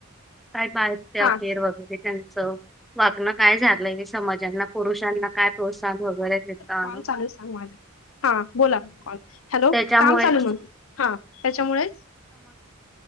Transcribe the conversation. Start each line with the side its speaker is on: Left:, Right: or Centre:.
Centre: काय बाहेर ते अफेअर
Left: हा
Centre: वगैरे त्यांचं वागण. काय झालंय हे समाजांना पुरुषांना काय प्रोत्साहन होत.
Left: कॉल
Centre: <inaudible>
Left: चालू सांग हा बोला हॅलो
Centre: त्याच्यामुळे
Left: काम चालू आहे त्याच्यामुळे